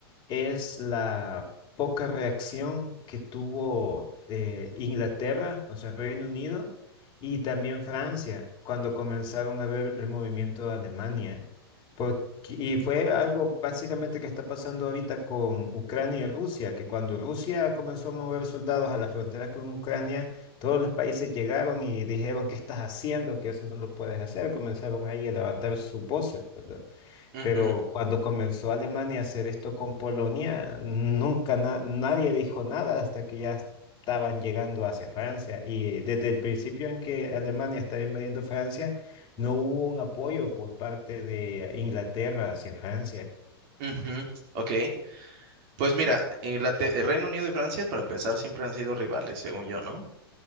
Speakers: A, on the left; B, on the right.
A: es la poca reacción que tuvo eh, Inglaterra, o sea, Reino Unido, y también Francia, cuando comenzaron a ver el movimiento de Alemania. Porque- y fue algo básicamente que está pasando ahorita con Ucrania y Rusia, que cuando Rusia comenzó a mover soldados a la frontera con Ucrania, todos los países llegaron y dijeron, ¿qué estás haciendo? Que eso no lo puedes hacer. Comenzaron ahí a levantar sus voces, ¿verdad?
B: Ujú,
A: Pero cuando comenzó Alemania a hacer esto con Polonia, nunca na- nadie dijo nada hasta que ya estaban llegando hacia Francia. Y desde el principio en que Alemania estaba invadiendo Francia, no hubo un apoyo por parte de Inglaterra hacia Francia.
B: ujú, ok, pues mira, Inglater- el Reino Unido y Francia, para empezar, siempre han sido rivales, según yo, ¿no?